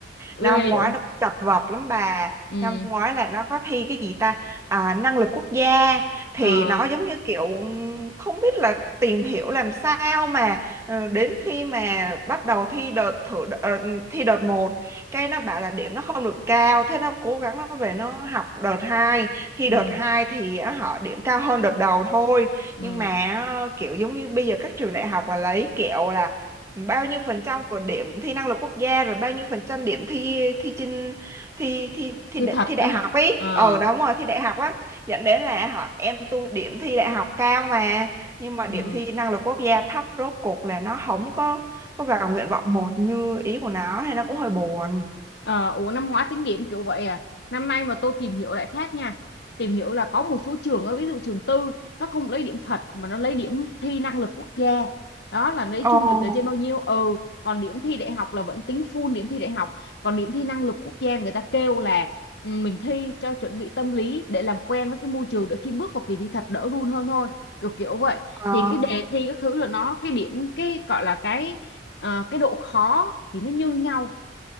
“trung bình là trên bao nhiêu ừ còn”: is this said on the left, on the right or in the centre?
Left